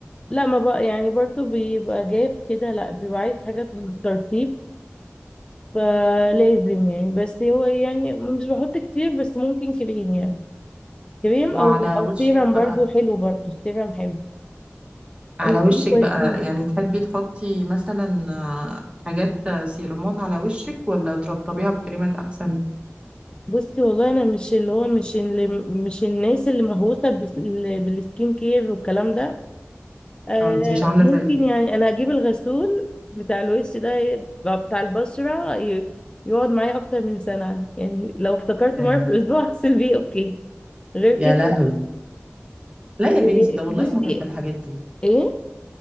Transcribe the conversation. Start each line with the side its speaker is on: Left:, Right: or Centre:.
Left: لا ما بقى يعني برضو بيبقى جاف كده لا بيبقى عايز حاجة في الترتيب فلازم يعني بس هو يعني مش بحط كتير بس ممكن كريم يعني كريم
Right: وعلى
Left: او او
Right: وشك
Left: سيرم برضو
Right: بقى
Left: حلو برضو سيرم حلو
Right: على
Left: الاتنين
Right: وشك
Left: كويسين
Right: بقى
Left: يعني
Right: يعني تحبي تحطي مثلا آه، حاجات آه، سيرامات على وشك ولا ترطبيها بكريمات أحسن
Left: بصي والله انا مش اللي هو مش اللي مش الناس اللي مهووسة بال- بالسكين كير والكلام ده آه
Right: أو أنت مش عاملة
Left: ممكن
Right: زيي
Left: يعني انا اجيب الغسول بتاع الوش ده يبقى بتاع البشرة ي- يقعد معايا اكتر من سنة يعني لو افتكرته
Right: يا
Left: مرة في الاسبوع <laughs> اغسل بيه اوكي غير
Right: يا
Left: كده
Right: لهوي
Left: لا.
Right: لا يا
Left: آه،
Right: بنتي ده والله
Left: بصي
Right: مهم الحاجات دي
Left: ايه